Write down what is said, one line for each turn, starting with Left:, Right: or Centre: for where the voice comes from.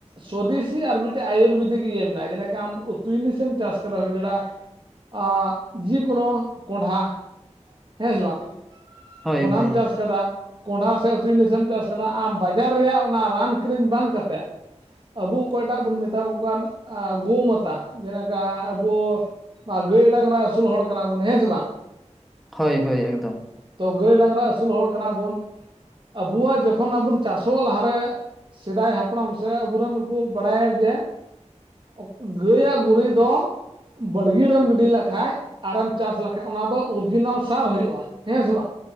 Right: ᱥᱩᱫᱤᱥᱤ ᱟᱨ ᱢᱤᱫᱴᱮᱜ ᱟᱭᱩᱨᱵᱮᱫᱤᱠ ᱤᱭᱟᱹ ᱢᱮᱱᱟᱜ-ᱟ ᱡᱮ ᱢᱮᱱᱮ ᱠᱟᱢ ᱩᱛᱩ ᱡᱤᱱᱤᱥ ᱮᱢ ᱪᱟᱥ ᱠᱟᱫᱟ ᱦᱩᱭ ᱫᱟᱲᱟ ᱟ ᱡᱤᱠᱳᱱᱳ ᱠᱚᱸᱰᱷᱟ ᱦᱮᱸ ᱥᱮ ᱵᱟᱝ
Centre: ᱦᱳᱭ
Right: ᱠᱚᱸᱰᱷᱟ
Centre: ᱦᱳᱭ
Right: ᱟᱢ ᱪᱟᱥ ᱠᱟᱫᱟ ᱠᱚᱸᱰᱷᱟ ᱥᱮ ᱩᱛᱩ ᱡᱤᱱᱤᱥᱮᱢ ᱪᱟᱥ ᱠᱟᱫᱟ ᱟᱢ ᱵᱟᱡᱟᱨ ᱨᱮᱭᱟᱜ ᱚᱱᱟ ᱨᱟᱱ ᱠᱤᱨᱤᱧ ᱵᱟᱝ ᱠᱟᱛᱮ ᱟᱵᱚ ᱚᱠᱚᱭᱴᱟᱜ ᱵᱚᱱ ᱢᱮᱛᱟ ᱠᱚ ᱠᱟᱱ ᱟ ᱜᱩᱢ ᱢᱟᱛᱟ ᱡᱮᱞᱮᱠᱟ ᱟᱵᱚ ᱟ ᱜᱟᱹᱭ ᱰᱟᱝᱨᱟ ᱟᱹᱥᱩᱞ ᱦᱚᱲ ᱠᱟᱱᱟ ᱵᱚᱱ ᱦᱮᱸ ᱥᱮ ᱵᱟᱝ
Centre: ᱦᱳᱭ ᱦᱳᱭ ᱮᱠᱼᱼ
Right: ᱛᱚ ᱜᱟᱹᱭ ᱰᱟᱝᱨᱟ ᱟᱹᱥᱩᱞ ᱦᱚᱲ ᱠᱟᱱᱟ ᱵᱚᱱ ᱟᱵᱚᱣᱟᱜ ᱡᱚᱠᱷᱚᱱ ᱟᱵᱚᱱ ᱪᱟᱥᱚᱜ ᱞᱟᱦᱟ ᱨᱮ ᱥᱮᱫᱟᱭ ᱦᱟᱯᱲᱟᱢ ᱥᱮ ᱟᱵᱚᱨᱮᱱ ᱠᱩ ᱵᱟᱲᱟᱭᱟ ᱡᱮ <inaudible> ᱜᱟᱹᱭ ᱟᱜ ᱜᱩᱨᱤᱡ ᱫᱚ ᱵᱟᱲᱜᱤ ᱨᱮᱢ ᱜᱤᱰᱤ ᱞᱮᱠᱷᱟᱡ ᱟᱨᱮᱢ ᱪᱟᱥ ᱞᱮᱠᱷᱟᱡ ᱚᱱᱟ ᱫᱚ ᱚᱨᱤᱡᱤᱱᱟᱞ ᱥᱟᱨ ᱦᱩᱭᱩᱜᱼᱟ ᱦᱮᱸ ᱥᱮ ᱵᱟᱝ?